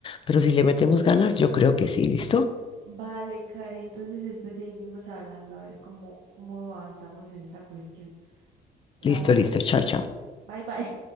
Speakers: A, on the left (about 30°); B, on the right (about 80°).
A: Pero si le metemos ganas, yo creo que sí, ¿listo?
B: Vale, Cari, entonces después seguimos hablando a ver cómo, cómo avanzamos en esa cuestión. Chao,
A: Listo, listo, chao, chao.
B: bye bye.